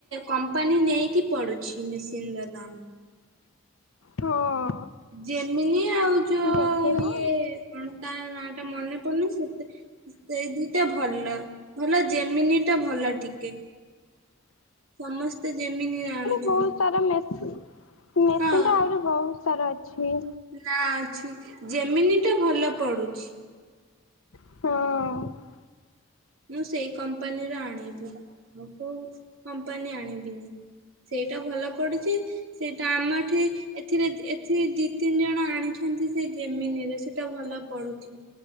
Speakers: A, on the right (about 80°); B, on the left (about 85°).
A: କମ୍ପାନୀ ନେଇକି ପଡୁଛି ମେସିନ ର ଦାମ।
B: ହଁ।
A: ଯେମିିନି ଆଉ ଯୋଉ
B: <inaudible>
A: ସିଏ କଣ ତା ନାଁ ଟା ମନେ ପଡ଼ୁନି ସେ ସେଇ ଦିଟା ଭଲ ଭଲ ଯେମିନିଟା ଭଲ ଟିକେ। ସମସ୍ତେ ଯେମିିନି ଆଣୁଛ
B: ହୋଉ ତାର ମେସି ମେସିନ
A: ହଁ।
B: ଟା ଆହୁରି ବହୁତ ସାରା ଅଛି।
A: ନା ଅଛି ଯେମିନିଟା ତ ଭଲ ପଡୁଛି।
B: ହଁ।
A: ମୁଁ ସେଇ କମ୍ପାନୀର ଆଣିବି ଆଉ କୋଉ କମ୍ପାନୀ ଆଣିବିନି। ସେଇଟା ଭଲ ପଡୁଛି ସେଇଟା ଆମ ଏଠି ଏଥିରେ ଏଥି ଦି ତିନି ଜଣ ଆଣିଛନ୍ତି ସେ ଯେମିନିରେ ସେଟା ଭଲ ପଡୁଛି।